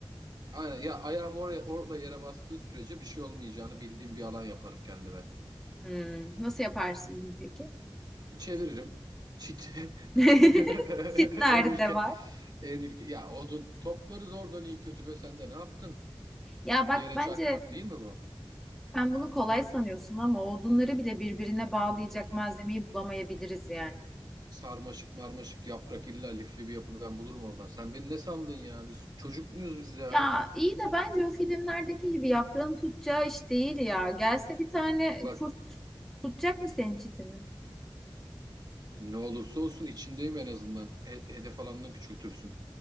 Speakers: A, on the right; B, in the centre.
A: Aynen ya ayağım oraya orada yere bastığı sürece bir şey olmayacağını bildiğim bir alan yaparım kendime.
B: Hmm, nasıl yaparsın bunu peki?
A: Çeviririm. Çit.
B: <laughs>
A: <laughs>
B: Çit nerede
A: En ilke,
B: var?
A: en ilke. Ya odun toplarız oradan iyi kötü be sen de ne yaptın?
B: Ya bak
A: Yere
B: bence
A: çakmak değil mi bu?
B: sen bunu kolay sanıyorsun ama odunları bile birbirine bağlayacak malzemeyi bulamayabiliriz yani.
A: Sarmaşık marmaşık yaprak illa lifli bir yapı ben bulurum oradan. Sen beni ne sandın ya? Biz çocuk muyuz biz ya?
B: Ya iyi de bence o filmlerdeki gibi yaprağın tutacağı iş değil ya. Gelse bir tane
A: Bak
B: kurt tutacak mı senin çitini?
A: ne olursa olsun içindeyim en azından. He- hedef alanını küçültürsün.